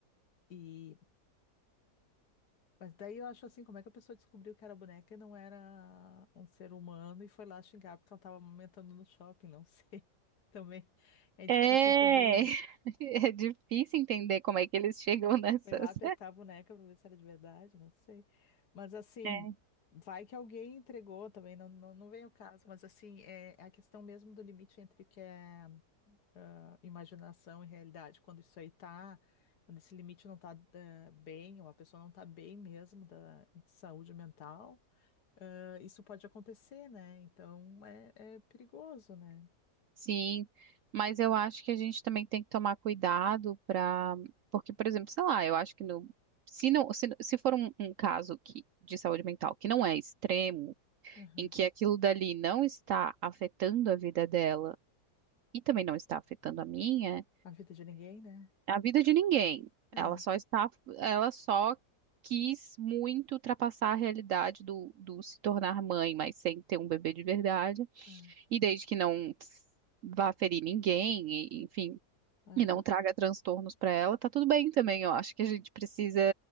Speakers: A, on the left; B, on the right.
A: E Mas daí eu acho assim, como é que a pessoa descobriu que era boneca e não era um ser humano e foi lá xingar porque ela estava amamentando no shopping, não sei. <laughs> Também é difícil
B: É,
A: entender, né?
B: <laughs> é difícil entender como é que eles chegam nessas.
A: Foi lá apertar
B: <laughs>
A: a boneca para ver se era de verdade, não sei. Mas assim,
B: É,
A: vai que alguém entregou também, não, não, não vem o caso, mas assim, é, é a questão mesmo do limite entre o que é ah, imaginação e realidade. Quando isso aí tá, quando esse limite não tá ah, bem, ou a pessoa não tá bem mesmo da, de saúde mental. ah, isso pode acontecer, né? Então é, é perigoso, né?
B: sim, mas eu acho que a gente também tem que tomar cuidado para, porque, por exemplo, sei lá, eu acho que no, se não, se, se for um, um caso que, de saúde mental que não é extremo,
A: Aham.
B: em que aquilo dali não está afetando a vida dela e também não está afetando a minha.
A: A vida de ninguém, né?
B: É a vida de ninguém.
A: É,
B: Ela só está, ela só quis muito ultrapassar a realidade do, do se tornar mãe, mas sem ter um bebê de verdade.
A: é,
B: E desde que não vá ferir ninguém, e- enfim,
A: é.
B: e não traga transtornos para ela, tá tudo bem também. Eu acho que a gente precisa.